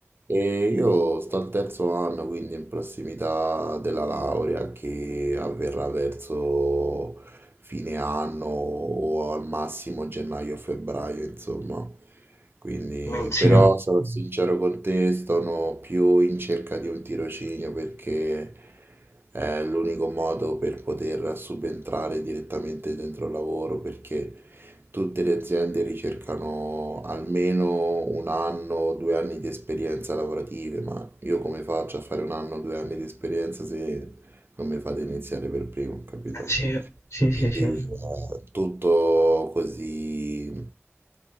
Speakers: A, on the right; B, on the left.
A: E io sto al terzo anno, quindi in prossimità della laurea che avverrà verso fine anno o al massimo gennaio o febbraio, insomma. Quindi,
B: Non sì,
A: però sarò sincero con te, sono più in cerca di un tirocinio perché è l'unico modo per poter subentrare direttamente dentro il lavoro, perché Tutte le aziende ricercano almeno un anno o due anni di esperienza lavorative, ma io come faccio a fare un anno o due anni di esperienza se non mi fate iniziare per primo, capito?
B: sì, sì, sì.
A: Quindi
B: sì.
A: è tutto così,